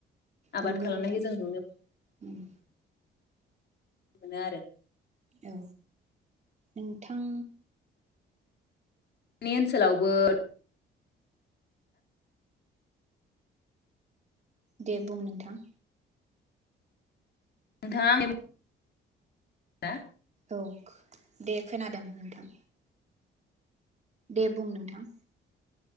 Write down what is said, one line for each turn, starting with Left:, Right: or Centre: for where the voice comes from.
Left: आबाद
Right: नंगौ
Left: खालामनायखौ
Right: नोंथां
Left: जों नुनो
Right: उम।
Left: मोनो आरो
Right: औ नोंथां
Left: नि ओनसोलावबो
Right: दे बुं नोंथां।
Left: नोंथाङा आंनि बुं हा
Right: औ दे खोनादों नोंथां। दे बुं नोंथां।